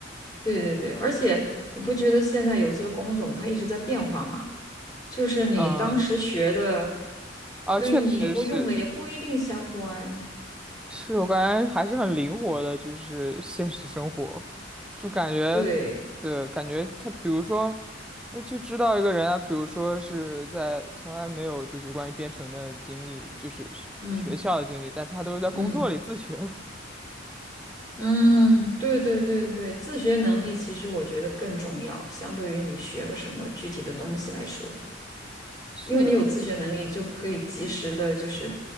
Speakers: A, on the left (about 20°); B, in the centre.
A: 对对对，而且你不觉得现在有些工种它一直在变化吗？就是你当时学的，
B: 嗯，啊，
A: 跟你以后用的也不一定相关。
B: 确实是的，是我感觉还是很灵活的，就是现实生活，就感觉，
A: 对，
B: 对，感觉他，比如说，我就知道一个人啊，比如说是在从来没有就是关于编程的经历，就是学学校的经历，
A: 嗯
B: 但他都是在工作里自学的。
A: 嗯。嗯，对对对对对，自学能力其实我觉得更重要，相对于你学个什么具体的东西来说，
B: <laughs> 是的。
A: 因为你有自学能力，就可以及时的，就是